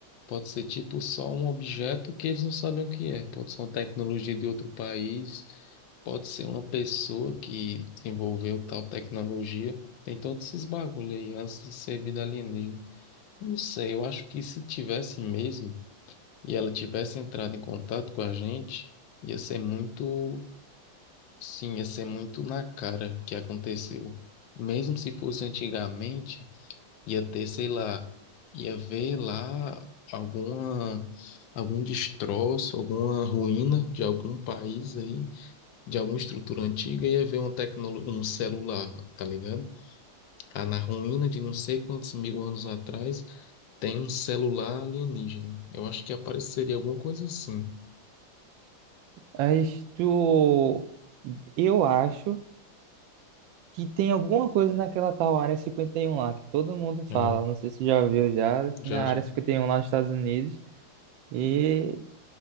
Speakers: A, on the left (about 80°); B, on the right (about 80°).
A: Pode ser tipo só um objeto que eles não sabem o que é. Pode ser uma tecnologia de outro país, pode ser uma pessoa que desenvolveu tal tecnologia. Tem todos esses bagulho aí antes de ser vida alienígena. Não sei, eu acho que se tivesse mesmo e ela tivesse entrado em contato com a gente, ia ser muito. Sim, ia ser muito na cara que aconteceu. Mesmo se fosse antigamente, ia ter, sei lá, ia ver lá alguma, algum destroço, alguma ruína de algum país aí, de alguma estrutura antiga, ia ver uma tecnolo- um celular, tá ligado? Ah, na ruína de não sei quantos mil anos atrás, tem um celular alienígena. Eu acho que apareceria alguma coisa assim.
B: Mas tu... Eu acho que tem alguma coisa naquela tal Área cinquenta e um lá, que todo mundo fala.
A: É,
B: Não sei se já viu já,
A: já,
B: tem a
A: já.
B: Área cinquenta e um lá nos Estados Unidos e